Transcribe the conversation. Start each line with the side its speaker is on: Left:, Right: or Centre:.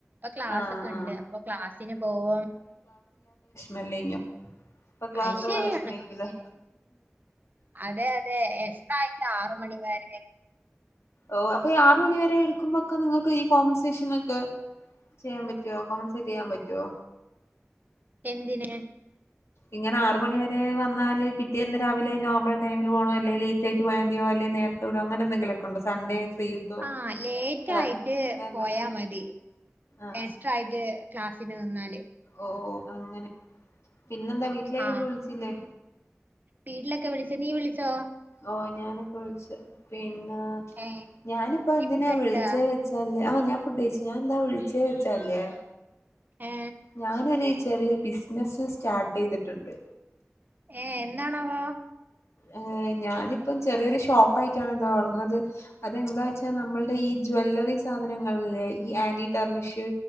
Right: ക്ലാസ്സൊക്കെണ്ട്
Left: ആഹ് ആഹ്
Right: അപ്പൊ ക്ലാസ്സിന് പോവും.
Left: മെല്ലയ്ഞ്ഞോ ഇപ്പൊ ക്ലാസ്സ്ള്ള
Right: അയ് ശരിയാണ്
Left: വെഷമേക്കുലെ
Right: അതെ അതെ എസ്ട്രാ ആയിട്ട് ആറ് മണി വരെ
Left: ഓ അപ്പൊ ഈ ആറ് മണിവരെ എടുക്കുമ്പൊക്കെ നിങ്ങക്ക് ഈ കോമ്പൻസേഷനൊക്കെ ചെയ്യാൻ പറ്റോ <unintelligible> ചെയ്യാ പറ്റോ?
Right: എന്തിന്
Left: ഇങ്ങനെ ആറ് മണിവരെ വന്നാല് പിറ്റേന്ന് രാവിലെ നോർമൽടൈമില് പോണോ അല്ലേല് ലേറ്റായിട്ട് പോയാതിയോ അല്ലെ നേര് വിടൂ അങ്ങനെന്തെങ്കിലൊക്കെണ്ടോ സൺഡേ ഫ്രീ കിട്ടോ
Right: ആ ലേറ്റായിട്ട്
Left: അല്ല സൺഡേ അല്ല
Right: പോയാ മതി
Left: ആഹ്
Right: എസ്ട്രാ യിട്ട് ക്ലാസ്സിന് നിന്നാല്
Left: ഓ അങ്ങനെ പിന്നെന്താ വീട്ടിലേക്കൊക്കെ
Right: ആഹ്
Left: വിളിച്ചില്ലേ?
Right: വീട്ടിലൊക്കെ വിളിച്ച് നീ വിളിച്ചോ?
Left: ഓ ഞാനിപ്പോ വിൾച്ചു പിന്നെ
Right: ഏഹ്
Left: ഞാനിപ്പോ
Right: നീ
Left: എന്തിനാ
Right: ഫുഡ് കഴിച്ചാ
Left: വിൾച്ചെ ആ ഞാൻ ഫുഡഴിച്ച് ഞാൻ എന്താ വിൾച്ചേ വെച്ചാല്യേ
Right: ഏ
Left: ഞാനൊരു ചെറിയ ബിസിനസ്സ് സ്റ്റാർട്ടെയ്തിട്ടുണ്ട്.
Right: ഏ എന്താണാവോ
Left: ഏ ഞാനിപ്പം ചെറിയൊരു ഷോപ്പയിട്ടാണ് തൊർന്നത്. അതെന്താച്ചാല് നമ്മൾടെ ഈ ജ്വല്ലറി സാധനങ്ങൾല്യെ ഈ ആന്റി ടെർണിഷ്